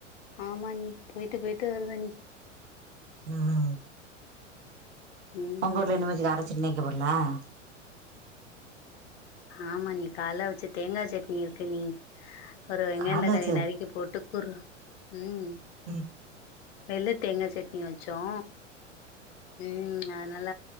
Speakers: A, on the left; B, on the right.
A: ஆமா அண்ணி போய்ட்டு போய்ட்டு வருத அண்ணி
B: <inaudible>
A: ம்
B: உங்கவீட்டுல <unintelligible>
A: ஆமா அண்ணி காலவச்ச தேங்காய் சட்னி இருக்கு அண்ணி ஒரு வெங்கயதக்காளி
B: கால்ல வச்சது
A: நறுக்கி போட்டு <unintelligible> ம்
B: உம்
A: வெள்ள தேங்காய் சட்னி வச்சோம் ம் அதனால